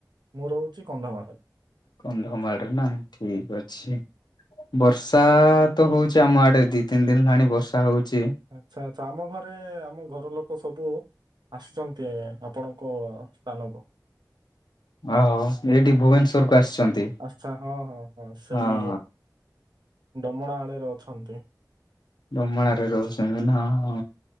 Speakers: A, on the right; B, on the left.
A: ମୁଁ ରହୁଛି କନ୍ଧମାଳରେ।
B: କନ୍ଧମାଳରେ ନା ଠିକ ଅଛି। ବର୍ଷା ତ ହଉଛି ଆମ ଆଡେ ଦି ତିନି ଦିନ ହେଲାଣି ବର୍ଷା ହଉଛି।
A: ଆଚ୍ଛା ଆଛା ଆମ ଘରେ ଆମ ଘର ଲୋକ ସବୁ ଆସିଛନ୍ତି ଆପଣଙ୍କ ସ୍ଥାନକୁ।
B: ଓ ହୋ ଏଇଠି ଭୁବନେଶ୍ଵର କୁ ଆସିଛନ୍ତି ଅ
A: ଆଚ୍ଛା ହଁ ହଁ ହଁ ସେଇ
B: ହ। ହ
A: ଡମଣା ଆଡ଼େରେ ଅଛନ୍ତି।
B: ଡମଣାରେ ରହୁଛନ୍ତି ନା ହଁ